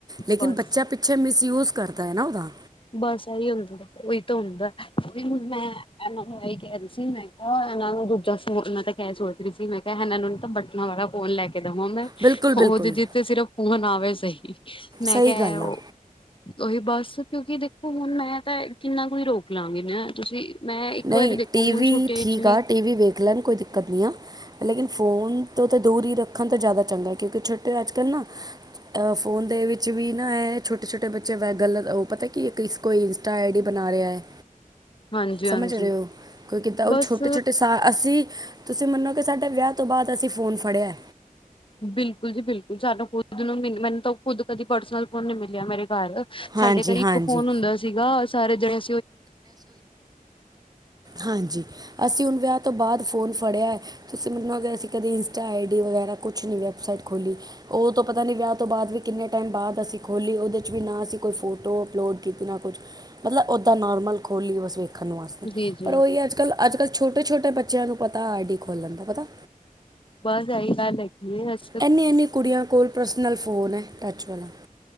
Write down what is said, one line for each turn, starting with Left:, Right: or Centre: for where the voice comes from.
Right: ਲੇਕਿਨ
Left: ਬਸ
Right: ਬੱਚਾ ਪਿੱਛੇ ਮਿਸਯੂਜ ਕਰਦਾ ਹੈ ਨਾ ਓਦਾ।
Left: ਬਸ ਏਹੀ ਹੁੰਦ <unintelligible> ਓਈ ਤੇ ਹੁੰਦਾ, ਓਈ ਹੁਨ ਮੈਂ ਏਨਾਂ ਨੂੰ ਐਈ ਕਹਿ ਰੀ ਸੀ, ਮੈਂ ਕਿਹਾ, ਏਨਾਂ ਨੂੰ ਦੂਜਾ ਫੋਨ <unintelligible> <unintelligible> ਮੈਂ ਕਿਹਾ ਏਨਾਂ ਨੂੰ ਤਾਂ ਬਟਨਾਂ ਵਾਲਾ ਫੋਨ ਲੈ ਕੇ ਦਵਾਂ ਮੈਂ।
Right: ਬਿਲਕੁਲ ਬਿਲਕੁਲ
Left: ਉਹਦੇ ਜਿਥੇ ਸਿਰਫ ਫੋਨ ਆਵੇ ਸਹੀ ਮੈਂ
Right: ਸਹੀ
Left: ਕਿਹਾ
Right: ਗੱਲ
Left: ਇਹ
Right: ਆ
Left: ਉਹ ਉਹੀ ਬਸ ਕਿਉਂਕਿ ਦੇਖੋ ਹੁਣ ਮੈਂ ਤਾਂ ਕਿੰਨਾ ਕੁਈ ਰੋਕ ਲਵਾਂਗੇ ਮੈਂ ਤੁਸੀਂ ਮੈਂ ਇੱਕ
Right: ਨਹੀਂ
Left: ਵਾਰੀ ਦੇਖੋ
Right: ਟੀਵੀ
Left: ਹੁਣ ਛੁੱਟੀਆਂ
Right: ਠੀਕ
Left: ਵਿੱਚ
Right: ਆ ਟੀਵੀ ਵੀ ਵੇਖ ਲੈਣ ਕੋਈ ਦਿੱਕਤ ਨਹੀਂ ਆ। ਲੇਕਿਨ ਫੋਨ ਤੋਂ ਤਾਂ ਦੂਰ ਹੀ ਰੱਖਣ ਤਾਂ ਜ਼ਿਆਦਾ ਚੰਗਾ ਕਿਉਂਕਿ ਛੋਟੇ ਅੱਜ ਕੱਲ ਨਾ ਅਹ ਫੋਨ ਦੇ ਵਿੱਚ ਵੀ ਨਾ ਇਹ ਛੋਟੇ-ਛੋਟੇ ਬੱਚੇ ਗਲਤ ਉਹ ਪਤਾ ਕਿ ਇਸ ਕੋਈ ਇੰਸਟਾ ਆਈ ਡੀ ਬਣਾ ਰਿਹਾ ਹੈ।
Left: ਹਾਂਜੀ ਹਾਂਜੀ
Right: ਸਮਝ ਰਹੇ ਹੋ ਕੋਈ ਕਿੱਦਾਂ ਉਹ
Left: ਬਸ
Right: ਛੋਟੇ- ਛੋਟੇ ਸਾ ਅਸੀਂ ਤੁਸੀਂ ਮੰਨੋ ਕਿ ਸਾਡੇ ਵਿਆਹ ਤੋਂ ਬਾਅਦ ਅਸੀਂ ਫੋਨ ਫੜਿਆ
Left: ਬਿਲਕੁਲ ਜੀ ਬਿਲਕੁਲ ਸਾਨੂੰ ਖੁਦ ਨੂੰ ਮ ਮੈਨੂੰ ਤਾਂ ਖੁਦ ਕਦੀ ਪਰਸਨਲ ਫੋਨ ਨੀ ਮਿਲਿਆ ਮੇਰੇ ਘਰ
Right: ਹਾਂਜੀ
Left: ਸਾਡੇ ਘਰ ਇੱਕ
Right: ਹਾਂਜੀ
Left: ਫੋਨ ਹੁੰਦਾ ਸੀਗਾ ਸਾਰੇ ਜਿਹੜੇ
Right: ਹਾਂਜੀ ਅਸੀਂ ਹੁਣ ਵਿਆਹ ਤੋਂ ਬਾਅਦ ਫੋਨ ਫੜਿਆ ਹੈ ਤੁਸੀਂ ਮੈਨੂੰ ਹੋ ਅਸੀਂ ਕਦੇ ਇੰਸਟਾ ਆਈ ਡੀ ਵਗੈਰਾ ਕੁਛ ਨਹੀਂ ਵਆ ਸਾਇਦ ਖੋਲੀ ਉਹ ਤੋਂ ਪਤਾ ਨੀ ਵਿਆਹ ਤੋਂ ਬਾਅਦ ਵੀ ਕਿੰਨੇ ਟਾਈਮ ਬਾਅਦ ਅਸੀਂ ਖੋਲ੍ਹੀ ਉਹਦੇ ਵੀ ਨਾ ਅਸੀਂ ਕੋਈ ਫੋਟੋ ਅਪਲੋਡ ਕੀਤੀ ਨਾ ਕੁਛ ਮਤਲਬ ਉਹੱਦਾਂ ਨੋਾਰਮਲ ਖੋਲ੍ਹੀ ਬਸ ਵੇਖ ਰਖਣ ਵਾਸਤੇ
Left: ਜੀ ਜੀ
Right: ਪਰ ਉਹੀ ਅੱਜ ਕੱਲ੍ਹ ਅੱਜ ਕੱਲ੍ਹ ਛੋਟੇ- ਛੋਟੇ ਬੱਚਿਆਂ ਨੂੰ ਪਤਾ ਆਈ ਡੀ ਖੋਲ੍ਹਣ ਦਾ ਪਤਾ
Left: ਬਸ ਆਈ ਗੱਲ ਹੈਗੀ ਅਸ
Right: ਐਂਨੀ-ਐੰਨੀ ਕੁੜੀਆਂ ਕੋਲ ਪਰਸਨਲ ਫੋਨ ਹੈ ਟੱਚ ਵਾਲਾ